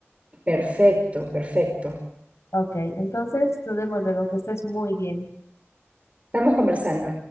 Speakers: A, on the right; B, on the left.
A: Perfecto, perfecto.
B: Ok, entonces nos vemos luego, que estés muy bien.
A: Estamos conversando.